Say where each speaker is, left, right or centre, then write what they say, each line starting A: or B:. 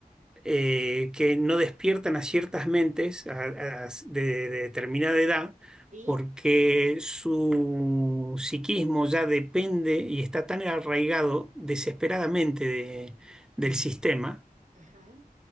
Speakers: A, in the centre; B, on the right.
A: eh, que no despiertan a ciertas mentes a- a- de, de determinada edad
B: Sí.
A: porque su psiquismo ya depende y está tan arraigado desesperadamente de- del
B: Mm.
A: sistema,
B: Ajá.